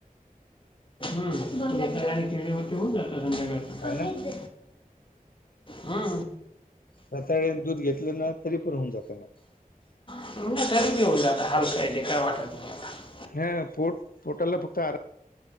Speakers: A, on the left; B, on the left.
A: रताळे आणि केळी वरती होऊन जातं संध्याकाळी.
B: आहे ना
A: हा.
B: रताळे आणि दूध घेतलं ना तरी पूरं. जातं.
A: हलक आहे ते काही वाटत नाही. एवढं.
B: हा पोट पोटाला फक्त आ